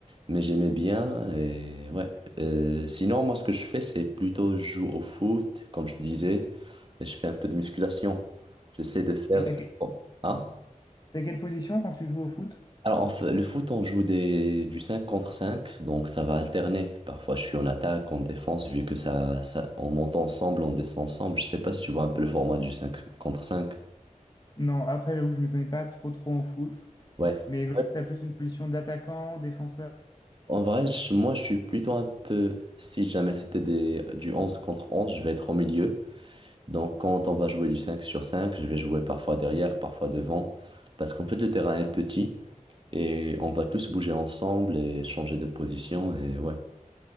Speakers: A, on the right; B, on the left.
A: Mais j'aimais bien et ouais. Euh, sinon, moi, ce que je fais, c'est plutôt je joue au foot, comme je te disais, et je fais un peu de musculation. J'essaie de faire...
B: Et t'as
A: cinq
B: que-
A: con- Hein?
B: t'as quelle position quand tu joues au foot?
A: Alors, en fait, le foot, on joue des... du 5 contre 5, donc ça va alterner. Parfois, je suis en attaque, en défense, vu que ça, ça... on monte ensemble, on descend ensemble. Je sais pas si tu vois un peu le format du 5 contre 5.
B: Non, après, j'avoue que je m'y connais pas trop trop en foot.
A: Ouais.
B: Mais tu
A: Ouais.
B: as plus une position d'attaquant, défenseur.
A: En vrai, je- moi, je suis plutôt un peu... Si jamais c'était des... du 11 contre 11, je vais être au milieu. Donc quand on va jouer du 5 sur 5, je vais jouer parfois derrière, parfois devant, parce qu'en fait le terrain est petit et on va tous bouger ensemble et changer de position et ouais.